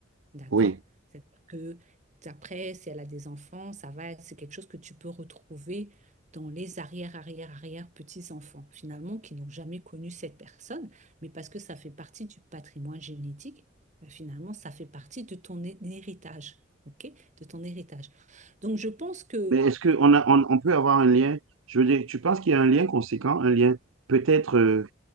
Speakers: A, on the right; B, on the right.
A: D'accord?
B: Oui.
A: C'est-à-dire que après, si elle a des enfants, ça va, c'est quelque chose que tu peux retrouver dans les arrière, arrière, arrière petits-enfants, finalement, qui n'ont jamais connu cette personne, mais parce que ça fait partie du patrimoine génétique, euh, finalement, ça fait partie de ton hé- héritage, ok? De ton héritage. Donc, je pense que,
B: Mais est-ce qu'on a, on, on peut avoir un lien? Je veux dire, tu penses qu'il y a un lien conséquent, un lien peut-être euh,